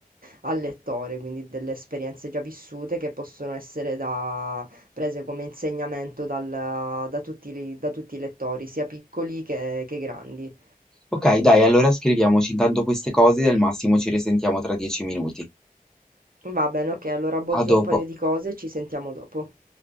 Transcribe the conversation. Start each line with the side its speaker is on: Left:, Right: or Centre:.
Right: al lettore, quindi delle esperienze già vissute che possono essere da- prese come insegnamento dal- da tutti, i- da tutti i lettori, sia piccoli che, che grandi.
Centre: Ok, dai, allora scriviamoci intanto queste cose e al massimo ci risentiamo tra dieci minuti.
Right: Va bene, ok, allora bozzo
Centre: A dopo,
Right: un paio di cose e ci sentiamo dopo.